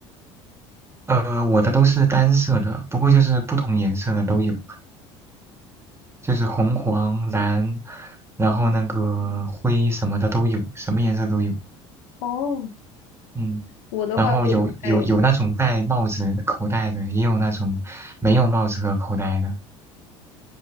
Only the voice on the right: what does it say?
呃我的都是单色的，不过就是不同颜色的都有，就是红黄蓝，然后那个灰什么的都有，什么颜色都有。
嗯。
然后有有有那种戴帽子口袋的，也有那种没有帽子和口袋的。